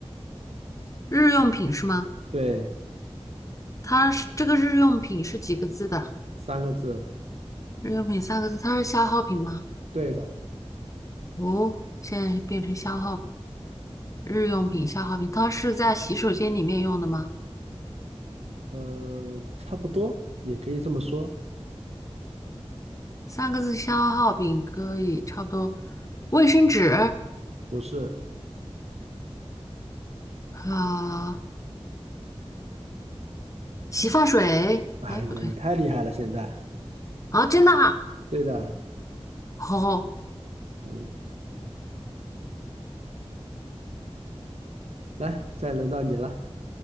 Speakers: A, on the left; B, on the right.
A: 日用品是吗？
B: 对，
A: 它是这个日用品是几个字的？
B: 三个字，
A: 日用品三个字，它是消耗品吗？
B: 对的，
A: 哦，现在变成消耗品日用品消耗品，它是在洗手间里面用的吗？
B: 呃，差不多，也可以这么说，
A: 三个字消耗品可以差不多，卫生纸
B: 不是，
A: 啊、洗发水，
B: 哎呀，
A: 哎，不对
B: 你太厉害了，现在，
A: 啊，真的啊，
B: 对的，
A: <laughs> 好、
B: 嗯，来，再轮到你了，